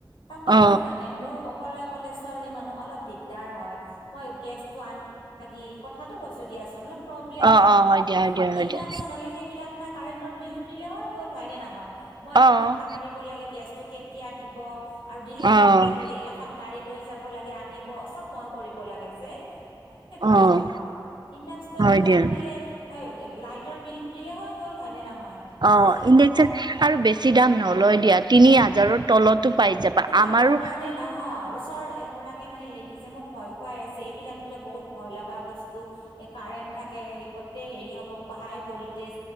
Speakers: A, on the left; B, on the right.
A: তাৰমানে
B: অ
A: কি জানেনে? মোৰ অ', অকলে অকলে ছোৱালী মানুহ, অলপ দিগদাৰ হয় মই গেছটো আনি লাগিল কথাটো কৈছোঁ দিয়াচোন লগ প্ৰব্লেম
B: অ
A: হয়
B: অ
A: কিবা,
B: দিয়া হয় দিয়া হয়
A: ইণ্ডাকশ্যন
B: দিয়া
A: হ'লে সেইবিলাক নাই কাৰেণ্টৰ বিল দিলে হয় গ'ল হয়নে নহয় মই
B: অ'।
A: আকৌ মাথা মাৰিব লাগে গেছতটো কেতিয়া দিব আৰু দিলেও
B: অ',
A: মই ঠেলে হেৰি এখন গাড়ী লৈ যাব লাগে আনিব, চব মই কৰিব লাগে যে সেইকাৰণে
B: অ',
A: ভেজাল পায়, ইণ্ডাকশ্যনটো
B: হয় দিয়া।
A: আনি দিলে হয়', অ', লাইট লাইটৰ বিলটো দিলেই হৈ গ'ল হয়নে নহয়
B: অ
A: ভেজালটো
B: ইণ্ডাকশ্যন,
A: কম
B: আৰু বেছি দাম নলয় দিয়া তিনি হাজাৰৰ তলতো
A: উম
B: পাই যাবা
A: এই দামৰ
B: অ', আমাৰো
A: কাৰণে নহয় ওচৰ এগৰাকী মানে লেডিজে মোক ভয় খুৱাই আছে এইবিলাক বোলে বহুত ভয় লগা বস্তু এই কাৰেণ্ট থাকে গতে হেৰি হ'ব হাই ভল্টেজ